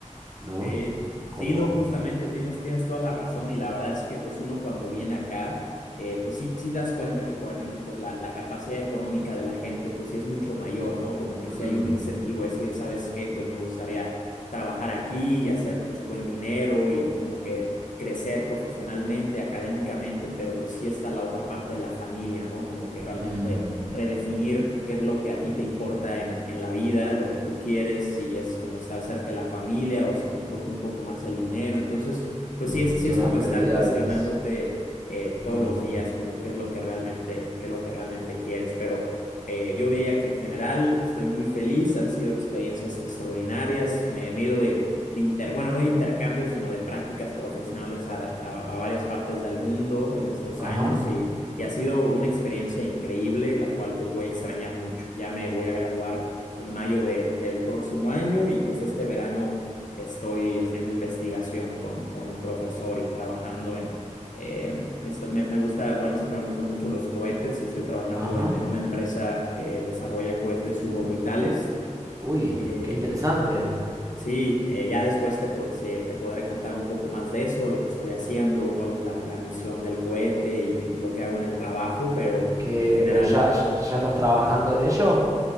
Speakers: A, on the right (about 25°); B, on the left (about 80°).
A: ¿no?
B: Sí,
A: Como,
B: sí, no, justamente tienes, tienes toda la razón y la verdad es que pues uno cuando viene acá, eh, pues sí, sí das cuenta que por ejemplo pues la, la capacidad económica de la gente pues sí es mucho mayor, ¿no? Como que
A: mm,
B: sí hay un incentivo a decir, ¿sabes qué? Pues me gustaría trabajar aquí y hacer pues buen dinero y, y como que crecer profesionalmente, académicamente, pero pues sí está la otra parte de la familia, ¿no? Como que realmente
A: mm,
B: redefinir qué es lo que a ti te importa en, en la vida, lo que tú quieres, si es como estar cerca de la familia o si te importa un poco más el dinero. Entonces, pues
A: mm,
B: sí es, sí
A: son
B: es
A: las
B: como
A: prioridades.
B: estar cuestionándote eh, todos
A: Mm,
B: los días, como qué es lo que realmente, qué es lo que realmente quieres. Pero eh, yo diría que en general estoy muy feliz, han sido experiencias extraordinarias, me he ido de, de inter, bueno, no de intercambio, sino de prácticas profesionales a, a a varias partes del mundo en estos
A: ajá,
B: años y y ha sido una experiencia increíble, la cual pues voy a extrañar mucho. Ya me voy a graduar en mayo de- del próximo año y pues este verano estoy haciendo investigación con, con un profesor y trabajando en... eh, esto- me, me gusta, bueno, siempre me gustan mucho los cohetes y estoy trabajando
A: ajá.
B: en en una empresa que desarrolla cohetes suborbitales
A: Uy,
B: Eh,
A: qué interesante.
B: Sí, eh, ya después te, po- se- te podré contar un poco más de eso, lo que estoy haciendo, cuál es la, la misión del cohete y, y, pues lo que hago en el trabajo, pero
A: Que,
B: en general
A: pero ya, ya estás trabajando en ello.